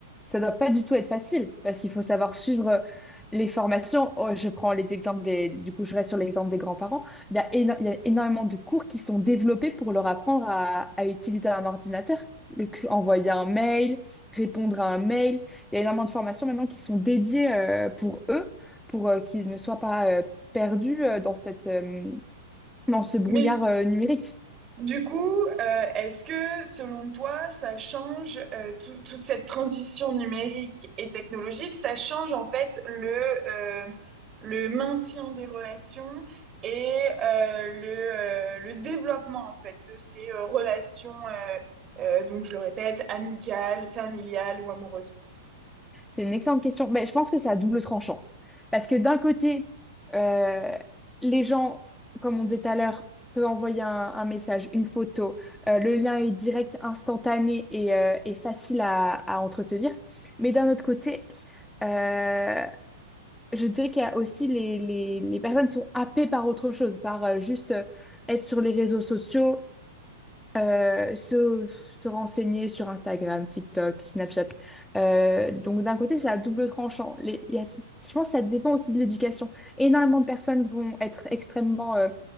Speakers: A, in the centre; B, on the right.
A: Ça doit pas du tout être facile parce qu'il faut savoir suivre euh, les formations. Oh, je prends les exemples des, du coup, je reste sur l'exemple des grands-parents. Il y a, éno- il y a énormément de cours qui sont développés pour leur apprendre à, à utiliser un ordinateur, Le cu- envoyer un mail, répondre à un mail. Il y a énormément de formations maintenant qui sont dédiées euh, pour eux, pour euh, qu'ils ne soient pas euh, perdus euh, dans cette, euh, dans ce brouillard
B: Mais
A: euh, numérique.
B: Du coup, euh, est-ce que selon toi, ça change euh, tout- toute cette transition numérique et technologique, ça change en fait le, euh, le maintien des relations et euh, le, euh, le développement en fait de ces euh, relations, euh, euh, donc je le répète, amicales, familiales ou amoureuses?
A: C'est une excellente question. Mais je pense que c'est à double tranchant. Parce que d'un côté, euh, les gens, comme on disait tout à l'heure, peuvent envoyer un, un message, une photo. Euh, le lien est direct, instantané et, euh, et facile à, à entretenir. Mais d'un autre côté, euh, je dirais qu'il y a aussi les, les, les personnes qui sont happées par autre chose, par euh, juste euh, être sur les réseaux sociaux, euh, se, se renseigner sur Instagram, TikTok, Snapchat. Euh, donc d'un côté, c'est à double tranchant. Les- il y a- je pense que ça dépend aussi de l'éducation. Énormément de personnes vont être extrêmement euh,